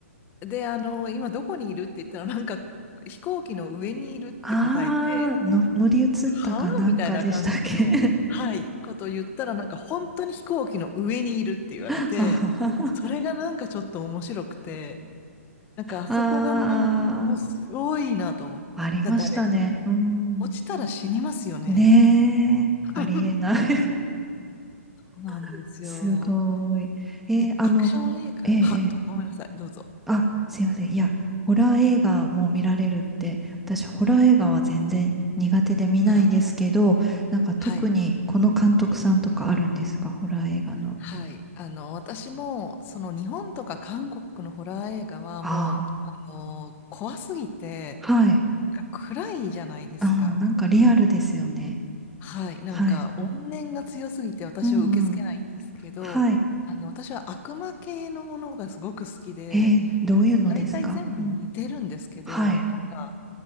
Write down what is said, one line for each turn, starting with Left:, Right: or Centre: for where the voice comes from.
Left: で、あの、今どこにいるって言ったら、なんか飛行機の上にいるって答えて、
Centre: ああ、の、乗り移ったかなんかでしたっけ
Left: はあみたいな感じの、はい、ことを言ったら、なんか本当に飛行機の上にいるって言われて、
Centre: <laughs> あ
Left: それがなんかちょっと面白くて、なんかあそこがもう、
Centre: あ、
Left: もうすごいなと思った。
Centre: ありましたね。
Left: だってあれ、
Centre: うん。
Left: 落ちたら死にますよね。
Centre: ねえ、
Left: <laughs>
Centre: ありえない。
Left: そうなんですよ。
Centre: <laughs> すごい。えーあの、
Left: え、アクション映画、
Centre: ええええ
Left: は、どごめんなさい、どうぞ。
Centre: あ、すいません。いや、ホラー映画も見られるって、私、ホラー映画は全然苦手で見ないんですけど、
Left: あー
Centre: なんか特にこの監督さんとかあるんですかホラー映画の。
Left: はい、はい。あの、私も、その日本とか韓国のホラー映画はもう、
Centre: あ
Left: あの、怖すぎて、
Centre: あ。はい。
Left: なんか暗いじゃないですか。
Centre: ああ、なんかリアルですよね。
Left: はい。なんか、
Centre: はい。
Left: 怨念が強すぎて私は受け付けないんですけど、
Centre: うんうん。はい。
Left: あの、私は悪魔系のものがすごく好きで、
Centre: えー、どういうのですかうん。
Left: 大体全部似てるんですけど、
Centre: はい。
Left: なんか、